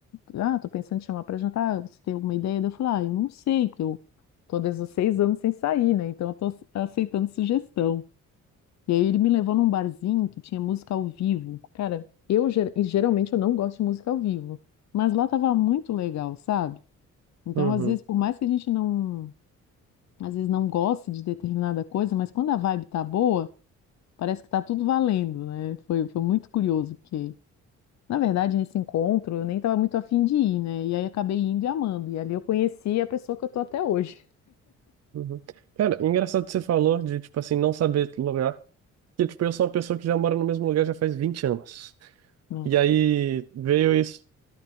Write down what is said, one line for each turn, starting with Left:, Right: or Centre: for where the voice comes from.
Left: Ah, tô pensando em chamar pra jantar, você tem alguma ideia? Daí Eu falo, ah, eu não sei, porque eu tô desde os seis anos sem sair, né? Então eu tô ace- aceitando sugestão. E aí ele me levou num barzinho que tinha música ao vivo. Cara, eu ger- e geralmente eu não gosto de música ao vivo, mas lá tava muito legal, sabe? Então,
Right: Uhum.
Left: às vezes, por mais que a gente não, às vezes não goste de determinada coisa, mas quando a vibe tá boa, parece que tá tudo valendo, né? Foi, foi muito curioso, porque na verdade, nesse encontro, eu nem estava muito afim de ir, né? E aí acabei indo e amando. E ali eu conheci a pessoa que eu tô até hoje.
Right: Uhum. Cara, engraçado que você falou de, tipo assim, não saber lugar. Que, tipo, eu sou uma pessoa que já mora no mesmo lugar já faz 20 anos.
Left: Nossa.
Right: E aí veio isso,